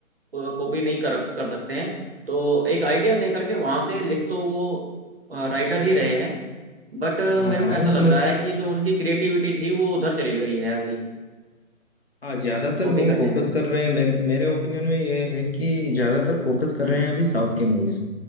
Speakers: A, on the right; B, on the left.
A: कॉपी नहीं कर कर सकते हैं तो एक आइडिया लेकर के वहां से लिख तो वो राइटर ही रहे हैं बट
B: हाँ
A: मेरे
B: हाँ
A: को ऐसा
B: वो
A: लग
B: तो
A: रहा है कि जो उनकी क्रिएटिविटी थी वो उधर चली गई है अभी
B: हाँ ज्यादातर
A: कॉपी
B: वो
A: करने
B: फोकस
A: में
B: कर रहे हैं मेरे मेरे ओपिनियन में ये है कि ज्यादातर फोकस कर
A: हम्म
B: रहे हैं अभी साउथ की मूवीज